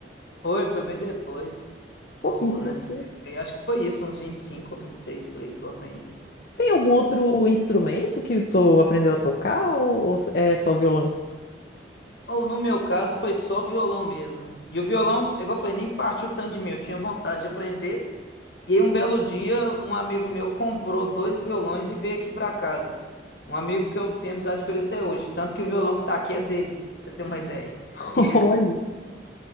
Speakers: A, on the left; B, on the left.
A: Foi, foi bem depois.
B: Pô,
A: Ou
B: que interessante.
A: nessa época. aí. acho que foi isso, uns 25 ou 26 por aí que eu aprendi.
B: Tem algum outro instrumento que tu aprendeu a tocar ou ou é só violão?
A: Ou no meu caso foi só violão mesmo. E o violão, igual eu falei, nem partiu tanto de mim. Eu tinha vontade de aprender, E aí, um belo dia, um amigo meu comprou dois violões e veio aqui pra casa. Um amigo que eu tenho amizade com ele até hoje. Tanto que o violão que tá aqui é dele, pra você ter uma ideia.
B: <laughs>
A: E,
B: Olha.